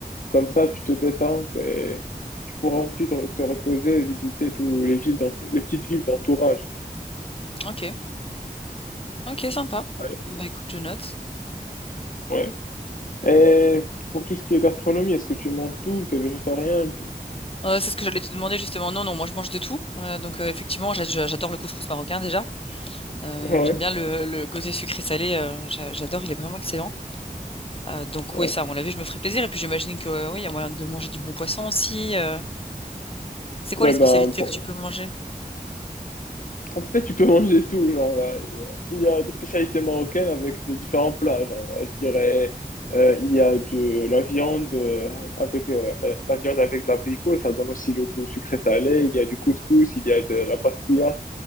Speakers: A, on the left; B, on the left.
A: comme ça, tu te détends et tu pourras ensuite re- te reposer et visiter tous les villes d'ent- les petites villes d'entourage.
B: Ok. Ok, sympa.
A: Ouais.
B: Bah écoute, je note.
A: Ouais. Et pour tout ce qui est gastronomie, est-ce que tu manges tout? T'es végétarien? tout
B: Euh, c'est ce que j'allais te demander justement. Non, non, moi je mange de tout. Euh, donc euh, effectivement, j'a- j'a- j'adore le couscous marocain déjà. Euh,
A: Ouais,
B: j'aime bien le, le gosée sucré-salé, euh, j'a- j'adore, il est vraiment excellent. Euh, donc
A: ouais.
B: oui, ça, à mon avis, je me ferai plaisir. Et puis j'imagine que euh, oui, il y a moyen de manger du bon poisson aussi. euh. C'est
A: Ouais,
B: quoi les
A: ben,
B: spécialités
A: pour-
B: que tu peux manger?
A: En fait, tu peux manger tout, genre, euh, il y a des spécialités marocaines avec des différents plats, genre, euh, je dirais, euh, il y a de la viande euh, avec euh, la, la viande avec de l'abricot, ça donne aussi le goût sucré-salé, il y a du couscous, il y a de la pastilla.